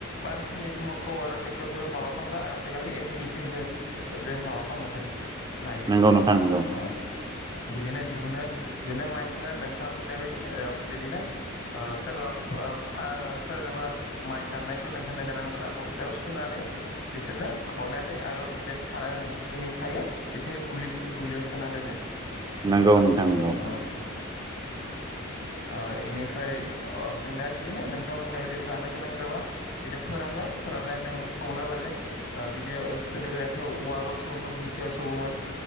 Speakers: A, on the left (about 60°); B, on the right (about 20°).
A: बांसिन इदि मोखौ आरो ट्रेक्टरजों माबा खालामला आजिखालि मेसिनखौ माबा खालामो जों नायो
B: नोंगौ नोंथां नोंगौ।
A: अ बिदिनो दिहुनो दिहुनाय माइखो नोंथाङा बुंनाय बायदि बिदिनो सोरबा <unintelligible> सोरनोबा माइ दान्नायफोरनो होनो गोनांब्ला बस्थायाव सुनानै बिसोरनो खरनाय जायो आरो बे <unintelligible> जिसिनि थायो बिसोरनि गुलि गुलियाव सोना दोनो।
B: नंगौ नोंथां नंगौ।
A: अ ओ इनिफ्राय अ जोंना बिदिनो नोंथाङा बुंनाय बायदि जानो गोनां जिबा बिदा फोरबाय फोरना जों सौना लायबाय ओ बिदिनो गोदो गोदाय थौ उवाल आव सौवहोमोन दिंखियाव सौवहोमोन